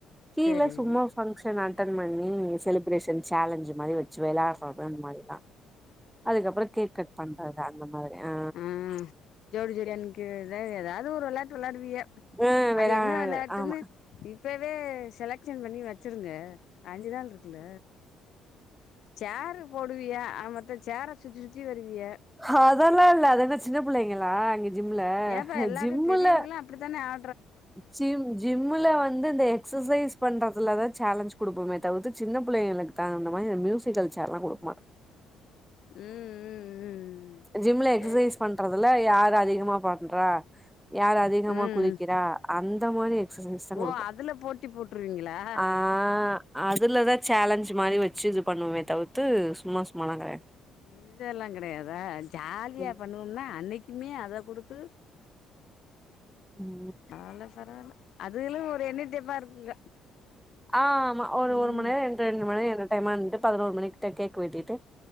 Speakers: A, in the centre; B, on the left.
A: கீழ
B: சேரி
A: சும்மா ஃபங்க்ஷன் <unintelligible> அட்டன் பண்ணி செலிப்ரேஷன் சேலஞ்சு மாரி வச்சு வெளாட்றோ ஜிம் மாரிதா அதுக்கப்றோ கேக் கட் பண்றது அந்த மாரி ஆ
B: ம் ஜோடி ஜோடியா நிக்கறதே எதாது ஒரு வெளயாட்டு வெளையாடுவிய
A: ஆ வெளா
B: அது என்ன வெளையாட்டுன்னு
A: ஆமா
B: இப்ப இப்பவே செலக்சன் பண்ணி வச்சிருங்க அஞ்சு நாள்ருக் ட்ல சேரு போடுவியா ஆக மொத் சேர சுத்தி சுத்தி வருவீக
A: ஹாத் அதெல்லா இல்ல அது என்ன சின்ன புள்ளைங்ளா அங்க ஜிம்ல
B: ஏன்பா எல்லாரு
A: ஜிம்முல
B: பெரியவகலா அப்டிதானே ஆ
A: ஜிம் ஜிம்முல வந்து இந்த எக்சசைஸ் பண்றதுல தா சேலஞ்ச் குடுப்பமே தவித்து சின்ன புள்ளைங்ளுக்கு தகுந்த மாரி இந்த மியூசிகல் சேர்லா குடுக்க மாட்டோ
B: ம் ம் ம்
A: ஜிம்ல எக்சசைஸ்
B: சேரி சேரி
A: பண்றதுல யாரு அதிகமா ப ன்றா யார் அதிகமா
B: ம்
A: குளிக்கிறா அந் ந்த மாரி சீசன்தா
B: ஓ
A: கொடுக்கு
B: அதுல போட்டி போட்டுருவீங்களா
A: ஆ ஆ அதுலதா சேலஞ்ச் மாரி வெச் சிஜி பண்ணுவமே தவுத்து சும்மா சும்மாலங் கெடையாது
B: இது எல்லா கெடையாதா ஜாலியா
A: ம்
B: பண்ணுவோம்னா அன்னைக் திம்மியா அத குடுத்து
A: ம்
B: நாலாசரவல அதுகலு ஒரு என்னடெப்பா இருக்குங்க
A: ஆ ம ஒரு
B: ம்
A: ஒரு மண் நேரொ ரெண்ர ரெண்டு மணி இரு டைமா இருந்துட்டு பதினோர் மணிக்கிட்ட கேக் வெட்டிட்டு